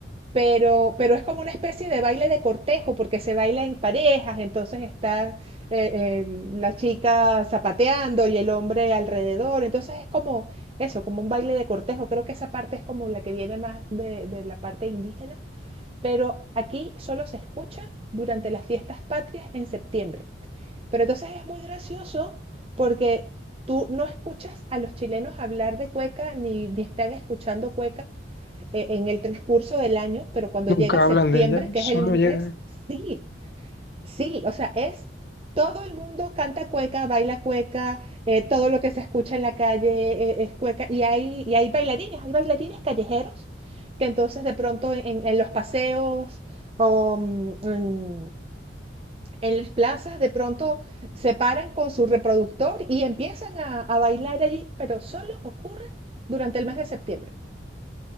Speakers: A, on the right (about 30°); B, on the left (about 55°).
A: pero, pero es como una especie de baile de cortejo, porque se baila en parejas, entonces están eh, eh, la chica zapateando y el hombre alrededor, entonces es como eso, como un baile de cortejo, creo que esa parte es como la que viene más de, de la parte indígena, pero aquí solo se escucha durante las fiestas patrias en septiembre. Pero entonces es muy gracioso porque tú no escuchas a los chilenos hablar de cueca ni, ni están escuchando cueca, eh, en el transcurso del año, pero cuando
B: Nunca
A: llega septiembre,
B: hablan de ella,
A: que
B: solo
A: es el mes,
B: llega.
A: sí, sí, o sea, es todo el mundo canta cueca, baila cueca, eh, todo lo que se escucha en la calle eh, es cueca, y hay, y hay bailarines, hay bailarines callejeros que entonces de pronto en, en- en los paseos o mm, en, en las plazas de pronto se paran con su reproductor y empiezan a, a bailar allí, pero solo ocurre durante el mes de septiembre.